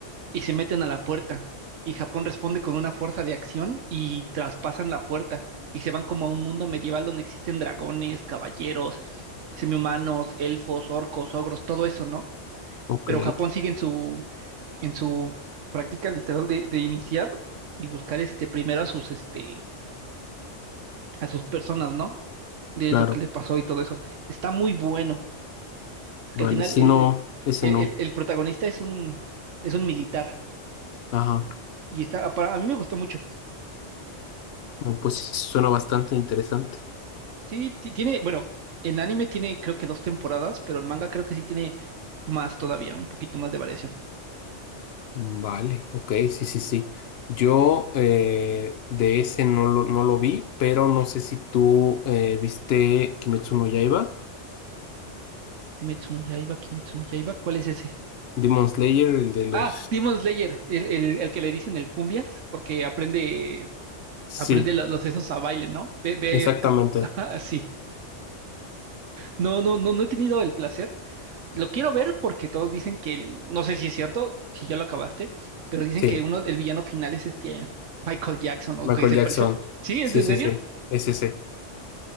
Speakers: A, on the right (about 80°); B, on the left (about 65°).
A: y se meten a la puerta. Y Japón responde con una fuerza de acción y traspasan la puerta y se van como a un mundo medieval donde existen dragones, caballeros, semihumanos, elfos, orcos, ogros, todo eso, ¿no?
B: ok,
A: Pero Japón sigue en su, en su práctica literal de, de iniciar y buscar este primero a sus, este, a sus personas, ¿no? De
B: claro,
A: lo que le pasó y todo eso. Está muy bueno, porque
B: vale.
A: al final
B: Si
A: el,
B: no, ese
A: el,
B: no.
A: el- el protagonista es un, es un militar
B: Ajá,
A: y está, para- a mí me gustó mucho.
B: no, pues sí, suena bastante interesante.
A: Sí, ti- tiene, bueno, el anime tiene creo que dos temporadas, pero el manga creo que sí tiene más todavía, un poquito más de variación.
B: Vale, ok, sí, sí, sí. Yo eh, de ese no lo, no lo vi, pero no sé si tú eh, viste Kimetsu no Yaiba,
A: Kimetsu no Yaiba, Kimetsu no Yaiba, ¿cuál es ese?
B: Demon Slayer, el de los...
A: Ah, Demon Slayer, el, el, el que le dicen el cumbias, porque aprende, aprende
B: Sí,
A: lo- los esos a baile, ¿no? Ve, ve,
B: exactamente,
A: creo- <laughs> ajá, sí. No, no, no, no he tenido el placer. Lo quiero ver porque todos dicen que, el- no sé si es cierto, si ya lo acabaste, pero dicen
B: sí,
A: que uno, el villano final es este Michael Jackson, o
B: Michael
A: que se
B: Jackson.
A: parece. ¿Sí? ¿Es
B: Sí,
A: en
B: sí,
A: serio?
B: sí, es ese.